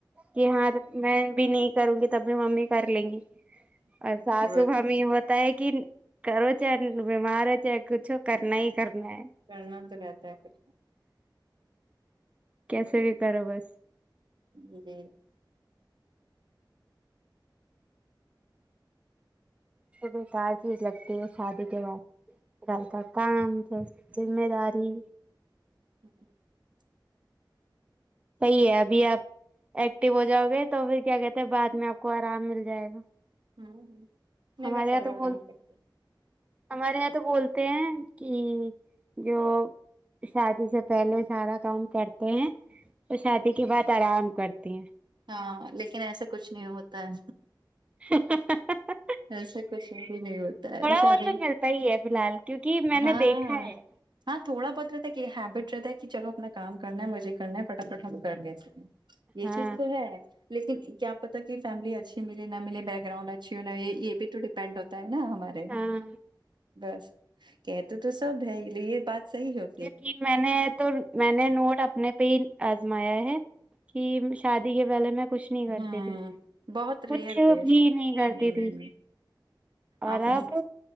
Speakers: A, on the right (about 15°); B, on the right (about 65°).
A: کہ ہاں میں بھی نہیں کروں گی تب بھی ممی کر لیں گی اور ساسو
B: وہ
A: ممی
B: تو ہے
A: بہت پتا ہے کہ کرو چاہے بیمار ہے چاہے کچھ ہو کرنا
B: ہاں
A: ہی کرنا ہے
B: کرنا تو رہتا ہے پھر
A: کیسے بھی کرو بس
B: جی
A: بے کار چیز لگتی ہے شادی کے بعد گھر کا کام گھر کی ذمہ داری
B: <inaudible>
A: صحیح ہے ابھی آپ ایکٹو ہو جاؤ گے تو پھر کیا کہتے ہیں بعد میں آپ کو آرام مل جائے گا
B: ہوں ہوں نہیں
A: ہمارے
B: میں سارا
A: یہاں تو بول
B: کام کرتی
A: ہمارے یہاں تو بولتے ہیں کہ جو شادی سے پہلے سارا کام کرتے ہیں اور شادی کے بعد آرام کرتے ہیں
B: ہاں لیکن ایسا کچھ نہیں ہوتا ہے
A: ھیں ھیں ھیں۔۔۔۔۔
B: ایسے کچھ بھی نہیں ہوتا ہے شادی
A: بہت تو ملتا ہی ہے فی الحال کیونکہ میں
B: ہاں
A: نے دیکھا ہے
B: ہاں تھوڑا بہت رہتا ہے کہ ہیبٹ رہتا ہے کہ چلو اپنا کام کرنا ہے مزے کرنا ہے فٹافٹ ہم کر لیتے ہیں یہ
A: ہاں
B: چیز تو ہے لیکن کیا پتا کہ فیملی اچھی ملے نہ ملے بیک گراؤنڈ اچھی ہو نئی یہ بھی تو ڈیپینڈ ہوتا ہے نا ہمارے یہاں
A: ہاں
B: بس کہتے تو سب ہے لیے یہ بات صحیح ہوتی
A: لیکن میں نے تو میں نے نوٹ اب نے پہ ہی آزمایا ہے کہ شادی کے پہلے میں کچھ نہیں کرتی
B: ہاں
A: تھی
B: بہت
A: کچھ
B: ریئر کیس
A: بھی نہیں کرتی
B: ہ
A: تھی اور
B: آپ
A: اب
B: نے